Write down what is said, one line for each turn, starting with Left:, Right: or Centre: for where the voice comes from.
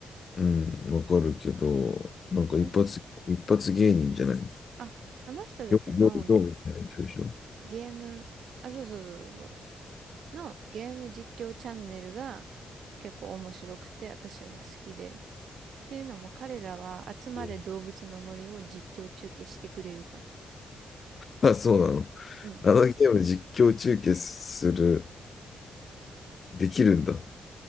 Left: うん、わかるけど、なんか一発、
Right: あの人、
Left: 一発芸人じゃない。
Right: あ、あの人たちの
Left: よ、よ、よみたいな人でしょ。
Right: ゲーム、あ、そうそうそうそう、のゲーム実況チャンネルが結構面白くて私は好きで。っていうのも彼らは集まれ動物の森を実況中継してくれるから。
Left: うんあ、そうなの。
Right: うん
Left: あのゲーム実況中継する、できるんだ。う